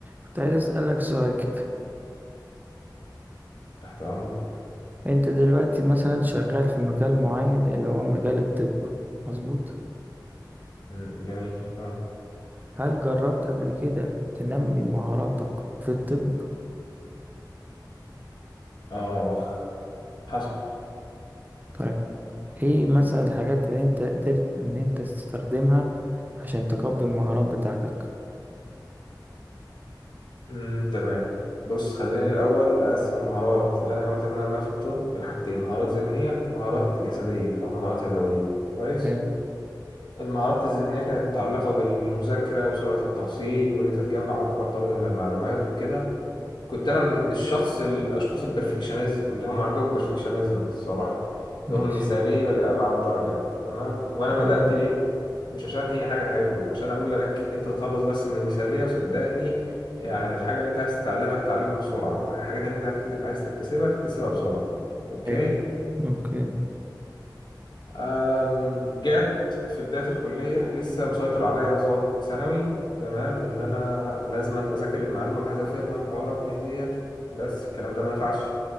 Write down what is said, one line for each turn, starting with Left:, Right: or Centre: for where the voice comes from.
Right: كنت عايز أسألك سؤال كده
Left: تحت أمرك
Right: أنت دلوقتي مثلا شغال في مجال معين اللي هو مجال الطب مظبوط
Left: مم، جميل آه
Right: هل جربت قبل كده تنمي مهاراتك في الطب
Left: آخ حصل
Right: طيب إيه مثلا الحاجات اللي أنت قدرت إن أنت تستخدمها عشان تقوي المهارات بتاعتك
Left: مم، تمام بص خليني الأول أقسم المهارات اللي أنا حاولت إن أنا أنميها في الطب لحاجتين مهارات ذهنية ومهارات جسدية أو مهارات يدوية كويس
Right: حلو
Left: المهارات الذهنية كانت متعلقة بالمذاكرة وسرعة التحصيل وإن أنت تجمع أكبر قدر من المعلومات وكده كنت انا من الشخص الاشخاص البرفكشنزم اللي هم عندهم برفكشنزم الصراحه
Right: ماشي
Left: عندهم مثاليه لابعد درجه تمام وانا
Right: تمام
Left: بدات ليه مش عشان هي حاجه حلوه عشان اقول لك انت تخلص بس من المثاليه وصدقني يعني الحاجه اللي انت عايز تتعلمها تتعلمها بسرعه والحاجات اللي انت عايز عايز تكتسبها تكتسبها بسرعه اوكي
Right: حلو أوكي
Left: أم، جات في بداية الكلية لسه مسيطر عليا نظام ثانوي تمام إن أنا لازما أذاكر المعلومة بحذافيرها وحوارات من ديت بس الكلام ده ما نفعش